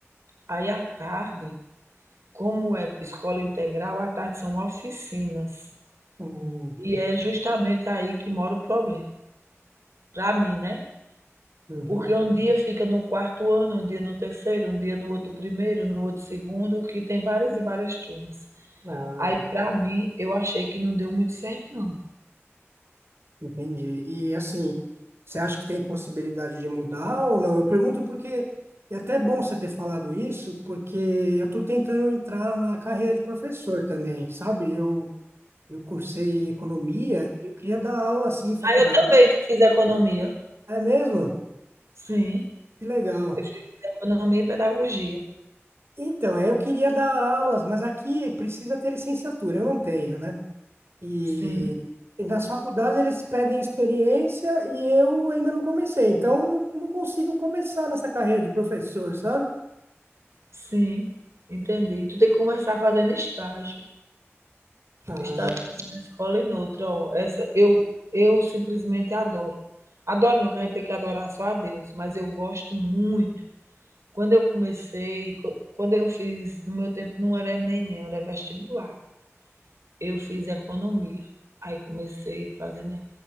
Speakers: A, on the right; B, on the right.
A: Aí à tarde, como é escola integral, à tarde são oficinas.
B: Hum,
A: E é justamente aí que mora o problema, para mim, né?
B: uhum.
A: Porque um dia fica no quarto ano, um dia no terceiro, um dia no outro primeiro, no outro segundo, que tem várias e várias turmas.
B: Ah,
A: Aí, para mim, eu achei que não deu muito certo, não.
B: Entendi. E assim, você acha que tem possibilidade de mudar ou não? Eu pergunto porque é até bom você ter falado isso, porque eu estou tentando entrar na carreira de professor também, sabe? Eu, eu cursei economia e eu queria dar aula assim em faculdade.
A: Ah, eu também fiz economia.
B: É mesmo?
A: Sim.
B: Que legal.
A: Eu fiz economia e pedagogia.
B: Então, é, eu queria dar aulas, mas aqui precisa ter licenciatura, eu não tenho, né? E,
A: Sim,
B: e nas faculdades eles pedem experiência e eu ainda não comecei, então eu não, não consigo começar nessa carreira de professor, sabe?
A: sim. Entendi. Tu tem que começar fazendo estágio.
B: Ah,
A: Estagiando na escola e noutra. Ó. Essa, eu, eu simplesmente adoro. Adoro, não, que a gente tem que adorar só a Deus, mas eu gosto muito. Quando eu comecei, co- quando eu fiz, no meu tempo não era nem era vestibular. Eu fiz economia. Aí comecei fazendo